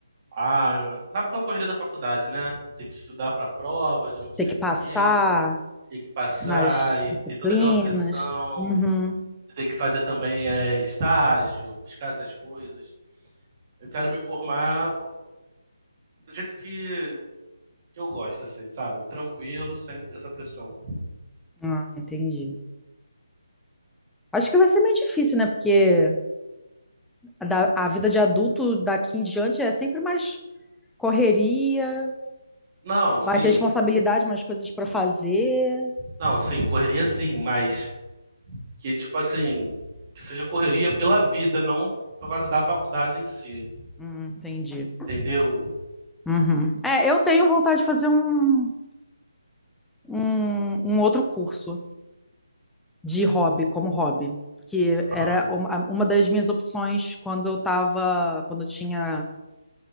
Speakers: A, on the right (about 30°); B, in the centre.
A: ah, eu- sabe aquela corrida da faculdade, né? Tem que estudar pra prova de não sei
B: Ter que passar
A: o quê, tem que passar
B: nas
A: e
B: disciplinas.
A: ter toda aquela pressão,
B: Uhum.
A: tem que fazer também é, estágio, buscar essas coisas. Eu quero me formar do jeito que, que eu gosto, assim, sabe? Tranquilo, sem essa pressão.
B: Ah, entendi. Acho que vai ser meio difícil, né? Porque A, da- a vida de adulto daqui em diante é sempre mais correria,
A: Não, sim.
B: mais responsabilidade, mais coisas para fazer.
A: Não, assim correria sim, mas que tipo assim, que seja correria pela vida, não por causa da faculdade em si,
B: Hum, entendi.
A: entendeu?
B: Uhum. É, eu tenho vontade de fazer um, um, um outro curso de hobby, como hobby, que era
A: Ah,
B: uma, uma das minhas opções quando eu estava, quando eu tinha,